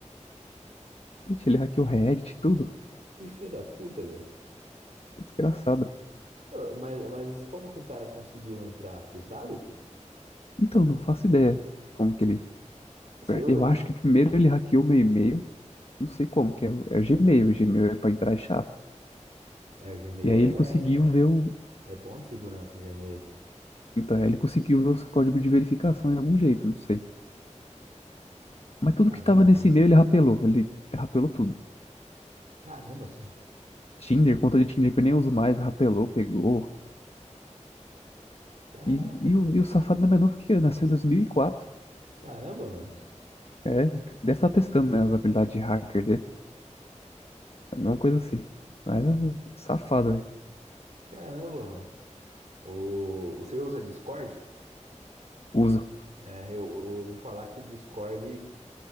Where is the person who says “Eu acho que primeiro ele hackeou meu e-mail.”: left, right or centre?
Left